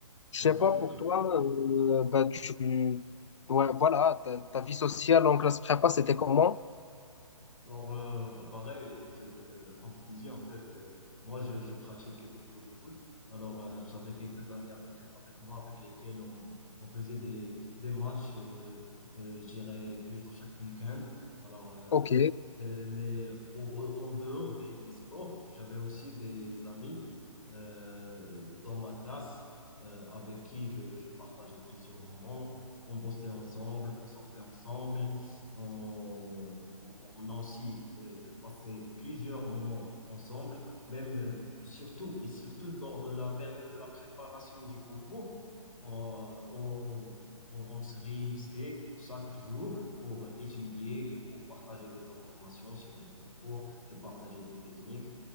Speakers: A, on the left (about 55°); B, on the left (about 75°).
A: Je
B: ok,
A: sais pas
B: ok.
A: pour toi, euh, bah, tu, ouais, voilà, ta, ta vie sociale en classe prépa, c'était comment?
B: Alors, euh, bah, pareil, en fait, euh, comme je t'ai dit, en fait, euh, moi, je, je pratiquais beaucoup le foot. Alors, euh, j'avais quelques amis avec, avec moi, avec lesquels on, on faisait des, des matchs, euh, euh, je dirais, plutôt chaque week-end. Alors, euh,
A: Ok,
B: euh, mais en, en dehors des, des sports, j'avais aussi des amis euh, dans ma classe euh, avec qui je, je partageais plusieurs moments. On bossait ensemble, on sortait ensemble. On, on- on a aussi euh, passé plusieurs moments ensemble, même euh, surtout et surtout lors de la période de la préparation du concours. On, on, on se réunissait chaque jour pour étudier et pour partager des informations sur les concours, de partager des techniques.